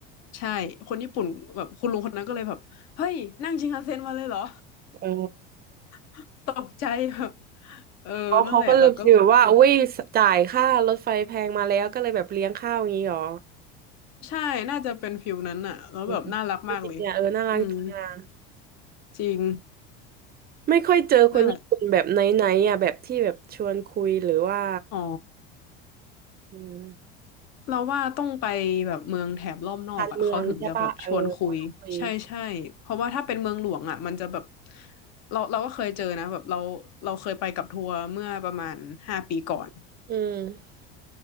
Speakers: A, on the left (about 55°); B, on the right (about 30°).
A: ใช่ คนญี่ปุ่นแบบคุณลุงคนนั้นก็เลยแบบเฮ้ยนั่งชินคันเซ็นมาเลยเหรอ
B: อ๋อ
A: <laughs> ตกใจแบบเออนั่นแหละแล้วก็
B: อ๋อเขาก็เลยฟีลว่าอุ้ยจ่ายค่ารถไฟแพงมาแล้วก็เลยแบบเลี้ยงข้าวอย่างนี้หรอ
A: ใช่น่าจะเป็นฟิลนั้นอะแล้วแบบน่ารักมากเลย
B: อืมจริงๆอ่ะเออน่ารักจริงอ่ะ
A: อืมจริง
B: ไม่ค่อยเจอคนญี่ปุ่นแบบไหนๆอ่ะแบบที่แบบชวนคุยหรือว่า
A: นั่นแหละอ๋อ
B: อืม
A: เราว่าต้องไปแบบเมืองแถบรอบนอกอะเขาถึงจะแบบชวนคุยใช่ใช่เพราะว่าถ้าเป็นเมืองหลวงอะมันจะแบบ
B: การเมืองใช่ปะเออชวนคุย
A: เราเราก็เคยเจอนะแบบเราเราเคยไปกับทัวร์เมื่อประมาณห้าปีก่อน
B: อืม